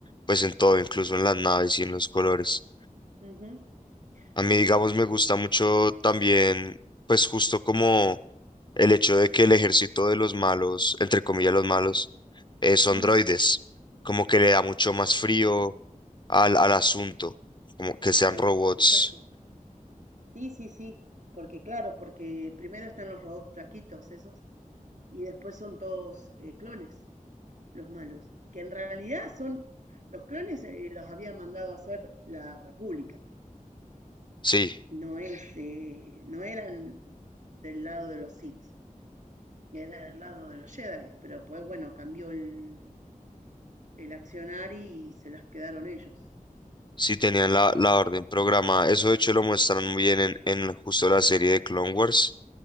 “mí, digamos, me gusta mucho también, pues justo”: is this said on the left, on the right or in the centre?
Left